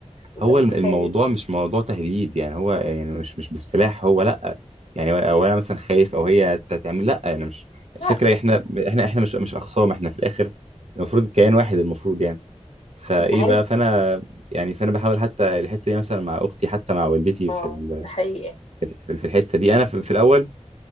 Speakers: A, on the left (about 60°); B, on the right (about 60°).
A: انت
B: هو
A: متخيل
B: الم- الموضوع مش موضوع تهديد يعني هو يعني مش مش بالسلاح هو لا يعني هو- او انا مثلا خايف او هي تعمل لا انا مش
A: لا
B: الفكره احنا احنا احنا مش مش اخصام احنا في الاخر المفروض كيان واحد المفروض يعني فايه
A: انت عارف
B: بقى فانا يعني فانا بحاول حتى الحته دي مثلا مع اختي حتى مع والدتي
A: اه
B: في ال-
A: ده حقيقي
B: في في الحته دي انا في, في الاول